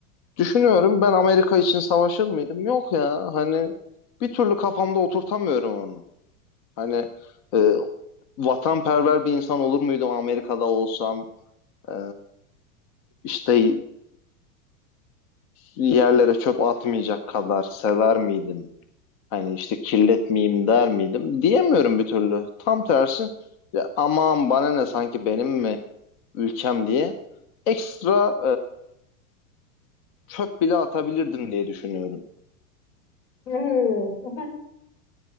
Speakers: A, on the left; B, on the left.
A: Düşünüyorum ben Amerika için savaşır mıydım? Yok ya hani bir türlü kafamda oturtamıyorum onu. Hani e, vatanperver bir insan olur muydum Amerika'da olsam? Ee, işte yerlere çöp atmayacak kadar sever miydim? Hani işte kirletmeyeyim der miydim? Diyemiyorum bir türlü. Tam tersi ya aman bana ne sanki benim mi ülkem diye ekstra e, çöp bile atabilirdim diye düşünüyorum.
B: Oo. Hı hı.